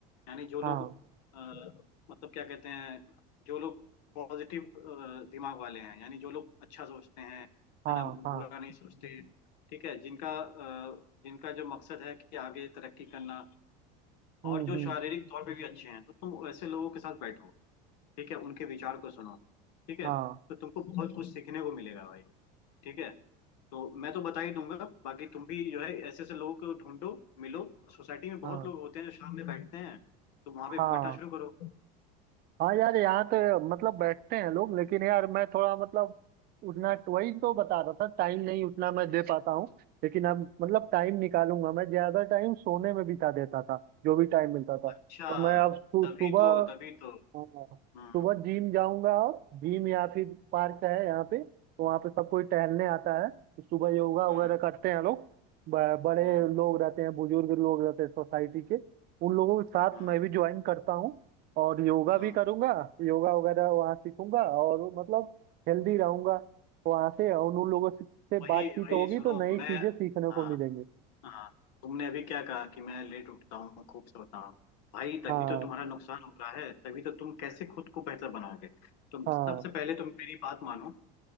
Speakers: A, on the left; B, on the right.
A: यानी जो
B: हाँ
A: लोग अ, मतलब क्या कहते हैं जो लोग पॉजिटिव दिमाग वाले हैं यानी जो लोग अच्छा सोचते हैं
B: हाँ
A: है ना बुरा
B: हाँ
A: नहीं सोचते ठीक है जिनका अ, जिनका जो मकसद है कि आगे तरक्की करना
B: हम्म
A: और जो
B: हम्म
A: शारीरिक तौर पे भी अच्छे हैं तो तुम वैसे लोगों के साथ बैठो ठीक है उनके विचार को सुनो ठीक है
B: हाँ
A: तो तुमको बहुत कुछ सीखने को मिलेगा भाई ठीक है तो मैं तो बता ही दूंगा बाकी तुम भी जो है ऐसे ऐसे लोगों को ढूंढो मिलो सोसाइटी में बहुत
B: हाँ
A: लोग होते हैं जो शाम में बैठते हैं तो वहां पे
B: हाँ
A: बैठना शुरू करो
B: हाँ यार यहाँ तो मतलब बैठते हैं लोग लेकिन यार मैं थोड़ा मतलब उतना वही तो बता रहा था टाइम नहीं उतना मैं दे पाता हूँ लेकिन अब मतलब टाइम निकालूंगा मैं ज्यादा टाइम सोने में बिता देता था जो भी टाइम मिलता था
A: अच्छा
B: तो मैं अब सु-
A: तभी
B: सुबह
A: तो तभी तो
B: हाँ
A: हम्म
B: सुबह जिम जाऊंगा और जिम या फिर पार्क है यहाँ पे तो वहाँ पे सब कोई टहलने आता है सुबह योगा वगैरह
A: हम्म
B: करते हैं लोग ब- बड़े
A: हम्म
B: लोग रहते हैं बुजुर्ग लोग रहते हैं सोसाइटी के उन लोगों के साथ
A: हम्म
B: मैं भी ज्वाइन करता हूँ और योगा
A: हम्म
B: भी करूंगा योगा वगैरह वहाँ सीखूंगा और मतलब हेल्दी रहूंगा वहाँ से और उन लोगों से से
A: वही
B: बातचीत
A: वही
B: होगी
A: सुनो
B: तो नई
A: मैं
B: चीजें सीखने
A: हाँ
B: को मिलेंगे
A: हाँ तुमने अभी क्या कहा कि मैं लेट उठता हूँ खूब सोता हूँ भाई तभी
B: हाँ
A: तो तुम्हारा नुकसान हो रहा है तभी तो तुम कैसे खुद को बेहतर बनाओगे तुम
B: हाँ
A: सबसे पहले तुम मेरी बात मानो